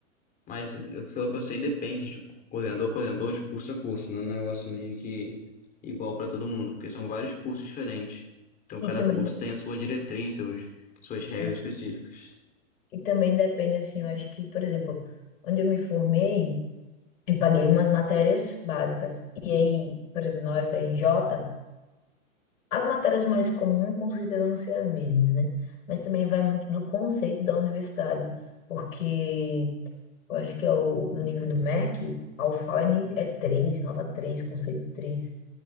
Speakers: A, on the left (about 20°); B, on the left (about 75°).
A: Mas eh, pelo que eu sei, depende de coordenador, a coordenador, de curso a curso. Não é um negócio meio que igual para todo mundo, porque são vários cursos diferentes. Então cada
B: e também,
A: curso
B: de-
A: tem a sua diretriz, seus, suas regras
B: é,
A: específicas.
B: e também depende, assim, eu acho que, por exemplo, onde eu me formei, eu paguei umas matérias básicas. E aí, por exemplo, na UFRJ, as matérias mais comuns com certeza vão ser as mesmas, né? Mas também vai muito do conceito da universidade, porque Eu acho que é o, no nível do MEC, a UFAL é ni- é 3 nota 3 conceito três